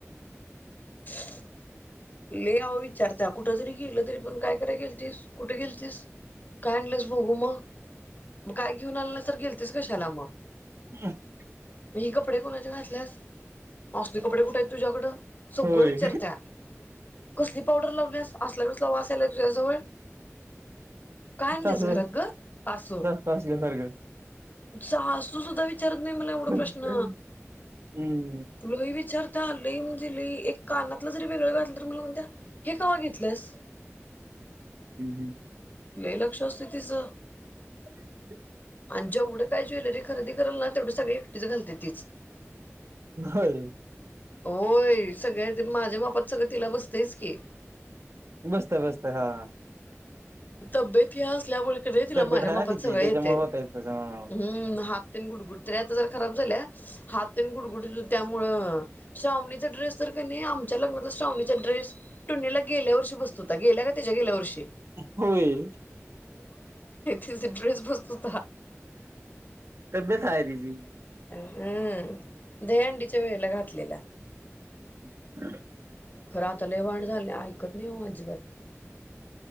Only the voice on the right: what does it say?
हम <unintelligible>
होय
सासू
सासल्यासारखं
हम्म हम्म
हम्म.
<unintelligible>
होय
बसत बसत हा
तब्येत
आहे
ना तिची
त्याच्यामुळे
होतय तसं.
होय
तबी्येत आय तजी
हम्